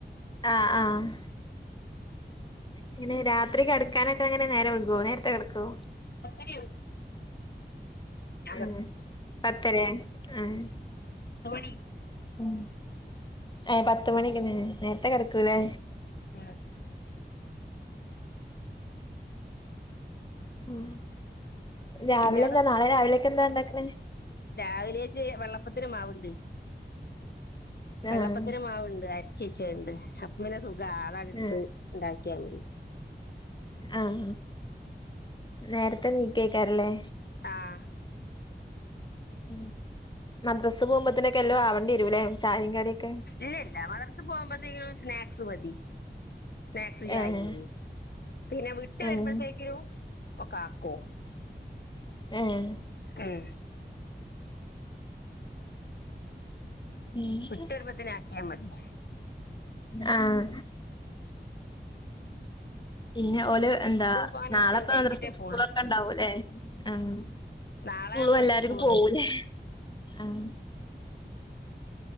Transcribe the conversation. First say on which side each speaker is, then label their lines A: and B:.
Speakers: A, on the left; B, on the left.
A: ആഹ് ആഹ് പിന്നെ രാത്രി കിടക്കാനൊക്കെ എങ്ങനെ നേരം വൈകോ നേരത്തെ കിടക്കോ
B: പത്തര ആവും.
A: ഏഹ്
B: കിടക്കും
A: പത്തരേ ആഹ്
B: <unintelligible>
A: ഉം ഏഹ് പത്ത് മണിക്ക് തന്നെ ലേ നേരത്തെ കെടക്കും അല്ലേ?
B: ആഹ്
A: ഉം രാവിലെ
B: ഇയാടെ
A: എന്താ നാളെ രാവിലേക്ക് എന്താ ഉണ്ടാക്ക്ണ്
B: രാവിലേക്ക് വെള്ളപ്പത്തിന് മാവ് ഉണ്ട്. വെള്ളപ്പത്തിന്
A: ആഹ്
B: മാവ് ഉണ്ട് അരച്ച് വെച്ചത് ഉണ്ട് അപ്പ പിന്നെ സുഖാ അതാണ് ഇട്ത്ത്
A: ആഹ്
B: ഇണ്ടാക്കിയാ മതി.
A: ആഹ് നേരത്തെ നീക്കയ്ക്കാരല്ലേ?
B: ആഹ്
A: ഉം മദ്രസ്സിൽ പോകുമ്പത്തിന് എല്ലാം ആവണ്ടി വരുംലേ ചായിം കടിം ഒക്കെ
B: ഏഹ് ഇല്ല മദർസ് പോകുമ്പോത്തേങ്ങും സ്നാക്സ് മതി. സ്നാക്സ് ചായിം
A: ഏഹ്
B: മതി പിന്നെ വിട്ട് വരുമ്പോഴ്ത്തേക്കും.
A: ഏഹ്
B: ഒക്ക ആക്കും
A: ഏഹ്
B: ഉം
A: ഉം
B: വിട്ട് വരുമ്പത്തിന് ആക്കിയാൽ മതി
A: ആഹ് പിന്നെ ഓല് എന്താ
B: സ്കൂൾ പോകാനാകുമ്പത്തേനും
A: നാളെപ്പൊ
B: കഴിച്ചിട്ടേ
A: മദർസിം സ്കൂളൊക്കെ
B: പോവുള്ളൂ
A: ഉണ്ടാവുലേ ആഹ്
B: നാളെ
A: സ്കൂളിൽ
B: മദ്രസ
A: എല്ലാരും
B: സ്കൂളുണ്ട്
A: പോവുലേ ആഹ്